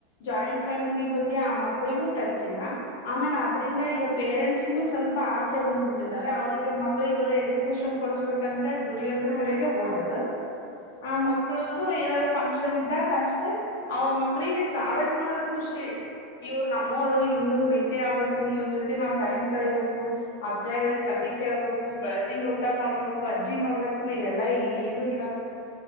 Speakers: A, on the left; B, on the right.
A: ಜಾಯಿಂಟ್ ಫ್ಯಾಮಿಲಿ
B: ಹೌದಕ್ಕ
A: ಬಗ್ಗೆ ಆ ಮಕ್ಕಾಳಿಗೂ ಟಚ್ ಆಮೇಲೆ ಅದ್ರಂದ
B: ಹ್ಮ್
A: ಈಗ ಪೇರೆಂಟ್ಸ್ ಸ್ವಲ್ಪ ಸ್ವಲ್ಪ ಆಚೆ ಬಂದ್ಬಿಟ್ಟಿದ್ದಾರೆ ಅವ್ರರಿಗೆ ಮಕ್ಳಗ ಒಳ್ಳೆ ಎಜುಕೇಶನ್ ಕೊಡಸ್ಬೇಕ ಅಂತ ಹೇಳಿ ದುಡಿಯೋದ
B: ಹಾ
A: ಕಡೆಗೆ ಓಡೋದು
B: ಅದೇ
A: ಆ
B: ಹೌದು
A: ಮಕ್ಕಳು ಏನಾರ ಫಂಕ್ಷನ್ ಇದ್ದಾಗ ಅಷ್ಟೇ ಅವ ಮಕ್ಳಿಗೆ ಟ್ರಾವೆಲ್ ಮಾಡೋದ ಖುಷಿ ಇವ್ರು ನಮ್ಮವರು ಇವ್ರನ್ನ ಬೇಟೆ ಆಗ್ಬೇಕು ಇವ್ರ ಜೊತೆ ನಾವ್ ಟೈಮ್ ಕಳಿಬೇಕು ಅಜ್ಜ ಹೇಳ ಕತೆ ಕೇಳ್ಬೇಕು ಬೆಳದಿಂಗಳ ಊಟ ಮಾಡ್ಬೇಕು ಅ ಅಜಿ ನೋಡ್ಬೇಕು ಇವೆಲ್ಲಾ ಏನು ಇಲ್ಲ